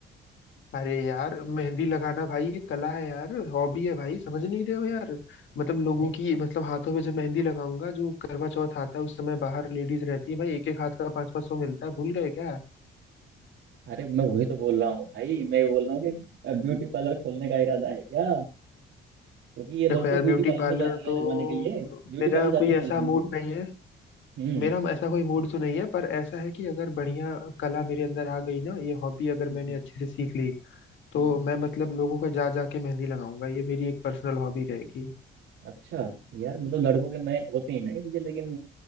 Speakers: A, on the left; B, on the right.
A: अरे यार मेहंदी लगाना भाई ये कला है यार हॉबी है भाई समझ नहीं रहे हो यार मतलब लोगों
B: अरे
A: की मतलब हाथों पे जब मेहंदी लगाऊंगा जो करवा चौथ आता है उस समय बाहर लेडीज रहती है भाई एक एक हाथ का पाँच पाँच सौ मिलता है भूल गए क्या
B: अरे मैं वही तो बोल रहा हूँ भाई मैं बोल रहा हूँ कि ब्यूटी पार्लर खोलने का इरादा है क्या क्योंकि ये लोग
A: देखो यार
B: तो ब्यूटी
A: ब्यूटी
B: पार्लर
A: पार्लर
B: में जाते हैं
A: तो
B: लगवाने के लिए ब्यूटी
A: मेरा
B: पार्लर जाती
A: कोई ऐसा
B: हैं लगवाने के
A: मूड
B: लिए
A: नहीं है
B: हम्म
A: मेरा ऐसा कोई मूड तो नहीं है पर ऐसा है कि अगर बढ़िया कला मेरे अंदर आ गई ना ये हॉबी अगर
B: हम्म,
A: मैंने अच्छे से सीख ली तो
B: हम्म।
A: मैं मतलब लोगों का जा जा के मेहंदी लगाऊंगा ये मेरी एक पर्सनल हॉबी रहेगी
B: अच्छा यार मतलब लड़कों के में होती ही ना ये चीजें लेकिन